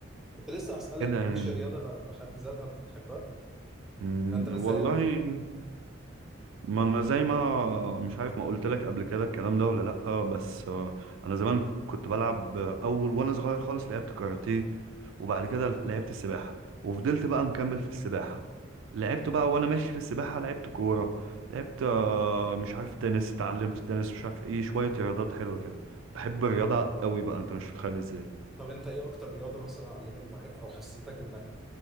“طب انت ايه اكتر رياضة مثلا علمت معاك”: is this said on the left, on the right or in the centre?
Centre